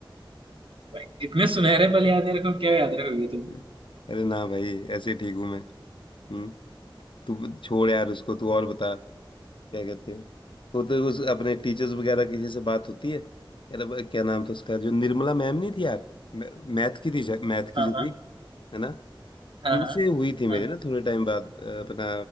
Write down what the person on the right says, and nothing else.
भाई इतने सुनहरे पल याद है रखो क्या याद रखोगे तुम
हाँ
हाँ
हाँ
हाँ
हाँ।